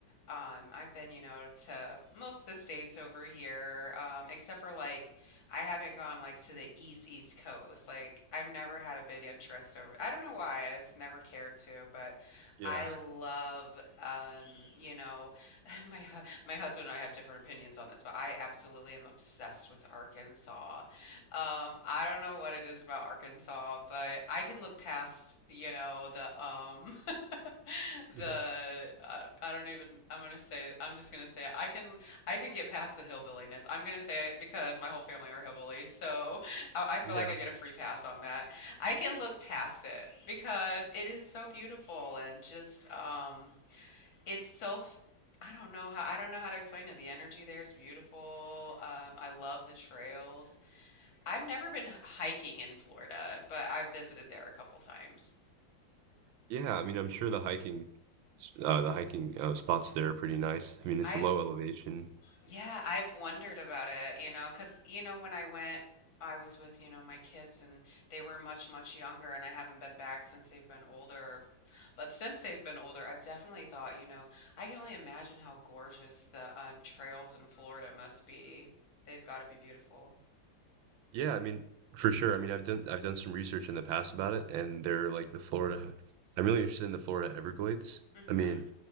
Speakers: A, on the left; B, on the right.
A: um, I've been, you know, to most of the states over here, um, except for like I haven't gone like to the east east coast. Like I've never had a big interest over. I don't know why. I just never cared to, but
B: Yeah,
A: I love, um, you know, <laughs> my hu- my husband and I have different opinions on this, but I absolutely am obsessed with Arkansas. Um, I don't know what it is about Arkansas, but I can look past, you know, the um <laughs> the
B: <laughs> yeah,
A: I, I don't even I'm gonna say I'm just gonna say it. I can I can get past the hillbilliness. I'm gonna say it because my whole family are hillbillies, so I, I feel
B: yeah,
A: like I get a free pass on that. I can look past it because it is so beautiful and just um it's so f- I don't know how I don't know how to explain it. The energy there is beautiful. Um, I love the trails. I've never been h- hiking in Florida, but I've visited there a couple times.
B: yeah. I mean, I'm sure the hiking, s- uh, the hiking uh, spots there are pretty nice. I mean, it's
A: I've,
B: a low elevation.
A: yeah, I've wondered about it, you know, because, you know, when I went, I was with, you know, my kids and they were much, much younger, and I haven't been back since they've been older. But since they've been older, I've definitely thought, you know, I can only imagine how gorgeous the um, trails in Florida must be. They've got to be beautiful.
B: Yeah, I mean, for sure. I mean, I've done I've done some research in the past about it, and they're like the Florida. I'm really interested in the Florida Everglades.
A: hmm
B: I mean,